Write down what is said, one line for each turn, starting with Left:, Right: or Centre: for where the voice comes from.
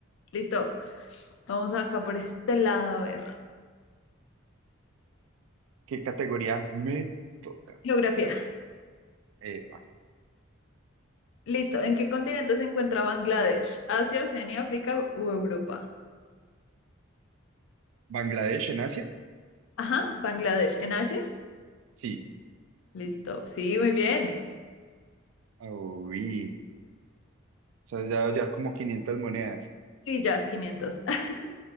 Left: listo. Vamos acá por este lado a ver.
Right: ¿Qué categoría me toca?
Left: Geografía.
Right: Epa.
Left: Listo. ¿En qué continente se encuentra Bangladesh? ¿Asia, Oceanía, África o Europa?
Right: ¿Bangladesh en Asia?
Left: Ajá, Bangladesh. ¿En Asia?
Right: Sí.
Left: Listo. Sí, muy bien.
Right: Uy. O sea, ya debe llevar como 500 monedas.
Left: Sí, ya, Quinientos. <laughs>